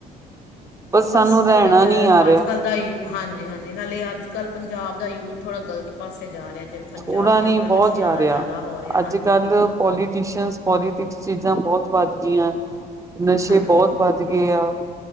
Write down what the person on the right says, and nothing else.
ਸਾਨੂੰ
ਰਹਿਣਾ
ਨਹੀਂ ਆ ਰਿਹਾ
ਥੋੜ੍ਹਾ
ਨੀ ਬਹੁਤ
ਜਾ
ਰਿਹਾ
ਅੱਜ
ਕੱਲ
ਪੋਲੀਟੀਸ਼ਨ ਪੋਲੀਟਿਕਸ ਚੀਜ਼ਾਂ ਬਹੁਤ ਵੱਧ ਗਈਆਂ ਨਸ਼ੇ
ਬਹੁਤ ਵੱਧ ਗਏ ਆ।